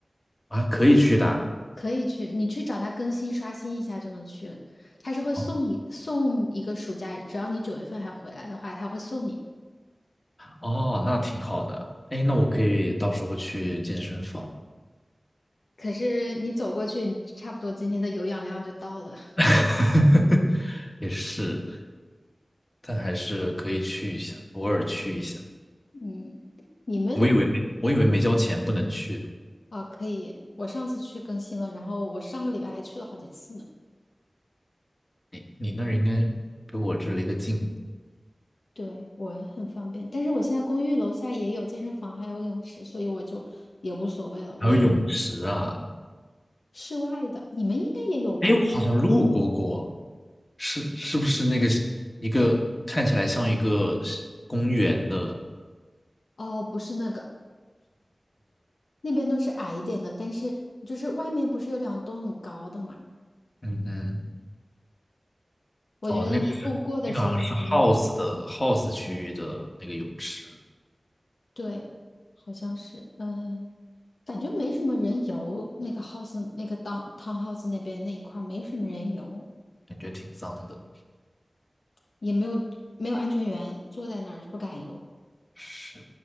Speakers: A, on the left (about 30°); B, on the left (about 90°).
A: 啊，可以去的啊。
B: 可以去，你去找他更新刷新一下就能去了他是会送一送一个暑假，
A: 哦
B: 只要你九月份还回来的话，他会送你。
A: 哦，那挺好的。哎，那我可以到时候去健身房，
B: 可是你走过去，你差不多今天的有氧量就到了。
A: <laughs> 也是，但还是可以去一下，偶尔去一下。
B: 嗯，你们
A: 我以为没，我以为没交钱不能去的
B: 啊，可以。我上次去更新了，然后我上个礼拜还去了好几次呢。
A: 你你那儿应该比我这离得近，
B: 对，我很方便，但是我现在公寓楼下也有健身房，还有泳池，所以我就也无所谓了。我也
A: 还有泳池啊。
B: 室外的，你们应该也有吧？
A: 哎，我好像路过过，是是不是那个一个看起来像一个公园的？
B: 哦，不是那个，那边都是矮一点的，但是就是外面不是有两栋很高的嘛？
A: 嗯哼，
B: 我觉得你路过的时候，
A: 哦，那个是那个好像是
B: 你肯定能。
A: house 的 house 区域的那个泳池。
B: 对，好像是，嗯，感觉没什么人游，那个 house 那个 d o townhouse 那边那一块儿没什么人游。
A: 感觉挺脏的。
B: 也没有没有安全员，坐在那儿不敢游。
A: 是，